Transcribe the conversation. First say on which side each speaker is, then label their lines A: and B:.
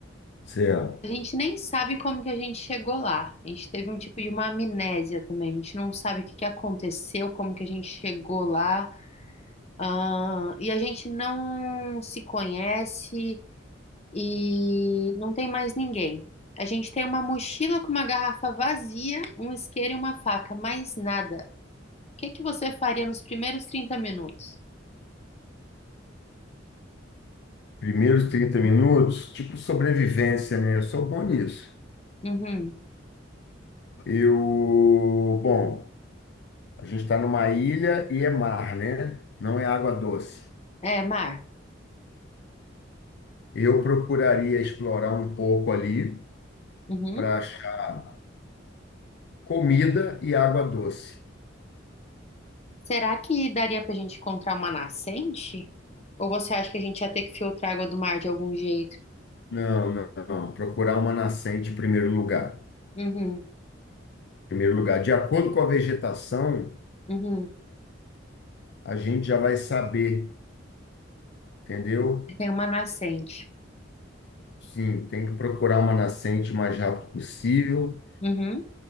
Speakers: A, on the left (about 60°); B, on the left (about 35°).
A: Certo.
B: A gente nem sabe como que a gente chegou lá. A gente teve um tipo de uma amnésia também. A gente não sabe o que que aconteceu, como que a gente chegou lá. Ah, e a gente não se conhece e não tem mais ninguém. A gente tem uma mochila com uma garrafa vazia, um isqueiro e uma faca, mais nada. O que que você faria nos primeiros 30 minutos?
A: Primeiros trinta minutos, tipo sobrevivência, né? Eu sou bom nisso.
B: Uhum.
A: Eu, bom, a gente está numa ilha e é mar, né? Não é água doce.
B: É, Mar.
A: Eu procuraria explorar um pouco ali
B: Uhum.
A: para achar comida e água doce.
B: Será que daria pra gente encontrar uma nascente? Ou você acha que a gente ia ter que filtrar água do mar de algum jeito?
A: Não, não, não. Procurar uma nascente em primeiro lugar.
B: Uhum.
A: primeiro lugar. De acordo com a vegetação,
B: Uhum.
A: a gente já vai saber, entendeu?
B: Tem uma nascente.
A: Sim, tem que procurar uma nascente o mais rápido possível,
B: Uhum.